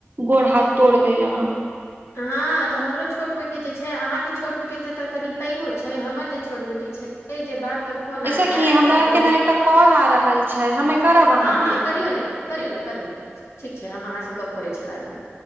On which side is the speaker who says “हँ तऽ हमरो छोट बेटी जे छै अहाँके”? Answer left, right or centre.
Left